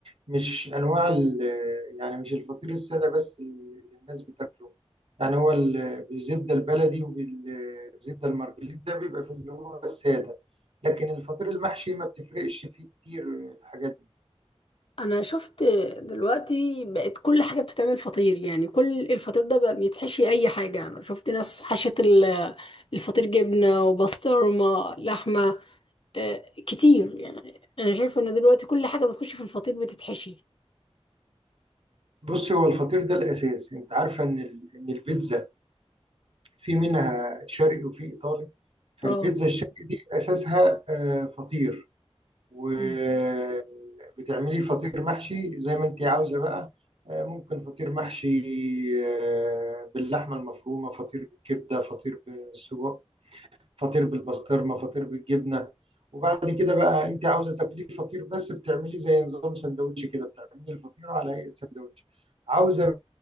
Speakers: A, on the right; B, on the left.
A: مش انواع ال- آه، يعني مش الفطير الساده بس اللي الناس بتاكله يعني هو ال- بالزبده البلدي وبالزبده المرجليت ده بيبقى في اللي هو الساده لكن الفطير المحشي ما بتفرقش فيه كتير الحاجات دي
B: انا شفت دلوقتي بقت كل حاجه بتتعمل فطير يعني كل الفطير ده بقى بيتحشي اي حاجه انا شفت ناس حشت ال- الفطير جبنه وبسطرمه لحمه آه، كتير يعني انا شايفه ان دلوقتي كل حاجه بتخش في الفطير بتتحشي
A: بصي هو الفطير ده الاساس انت عارفه ان ال- ان البيتزا في منها شرقي وفي ايطالي فالبيتزا
B: اه
A: الشرقي دي اساسها آه، فطير وبتعملي
B: مم.
A: فطير محشي زي ما انت عاوزه بقى آه، ممكن فطير محشي آه، باللحمه المفرومه فطير بالكبده فطير بالسجق فطير بالبسطرمه فطير بالجبنه وبعد كده بقى انت عاوزه تاكليه فطير بس بتعمليه زي نظام سندوتش كده بتعملي الفطيره على هيئه سندوتش عاوزه